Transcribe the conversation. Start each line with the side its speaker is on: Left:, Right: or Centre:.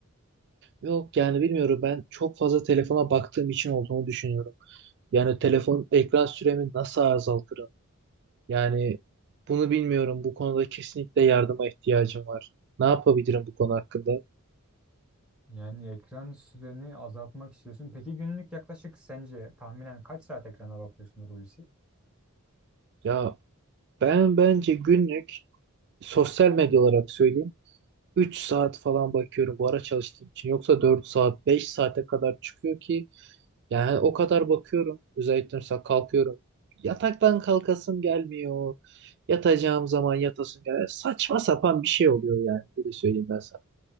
Right: Yok yani bilmiyorum ben çok fazla telefona baktığım için olduğunu düşünüyorum. Yani telefon ekran süremi nasıl azaltırım? Yani bunu bilmiyorum. Bu konuda kesinlikle yardıma ihtiyacım var. Ne yapabilirim bu konu hakkında?
Centre: Yani ekran süreni azaltmak istiyorsun. Peki günlük yaklaşık sence tahminen kaç saat ekrana bakıyorsun Hulusi?
Right: Ya ben bence günlük sosyal medya olarak söyleyeyim. 3 saat falan bakıyorum bu ara çalıştığım için. Yoksa 4 saat, 5 saate kadar çıkıyor ki yani o kadar bakıyorum. Özellikle mesela kalkıyorum. Yataktan kalkasım gelmiyor. Yatacağım zaman yatasım gelmiyor. Saçma sapan bir şey oluyor yani. Öyle söyleyeyim ben sana.